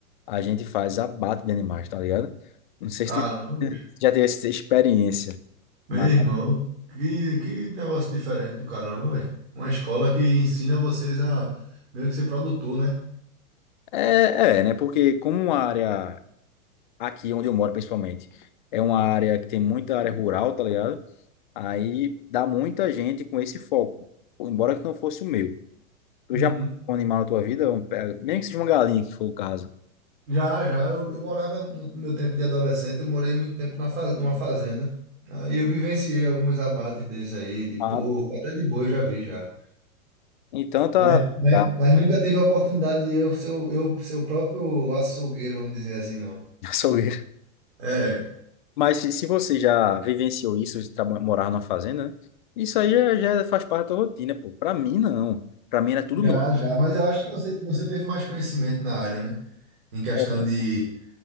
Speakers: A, on the left; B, on the right.
A: a gente faz abate de animais, tá ligado? Não sei
B: caramba.
A: se tu já teve essa experiência,
B: Meu
A: mas
B: irmão, que, que negócio diferente do caramba, velho. Uma escola que ensina vocês a meio que ser produtor, né?
A: é, é, é, né? Porque como uma área, aqui onde eu moro principalmente, é uma área que tem muita área rural, tá ligado? Aí dá muita gente com esse foco, embora que não fosse o meu. Tu
B: Uhum.
A: já matou um animal na tua vida? Um pe- Mesmo que seja uma galinha, que for o caso.
B: Já, já, eu, eu morava no meu tempo de adolescente, eu morei muito tempo na fa- numa fazenda. Aí eu vivenciei alguns abates desses aí, de porco,
A: Ah,
B: até de boi eu já vi já.
A: então tá.
B: Mas, mas,
A: tá.
B: mas nunca tive a oportunidade de eu ser, o- eu ser o próprio açougueiro, vamos dizer assim, não.
A: <laughs> Açougueiro.
B: É,
A: Mas se se você já vivenciou isso, de traba- morar numa fazenda, né? Isso aí já, já faz parte da tua rotina, pô. Pra mim, não. Pra mim era tudo
B: já,
A: novo.
B: já, mas eu acho que você, você teve mais conhecimento na área, né? Em questão
A: É.
B: de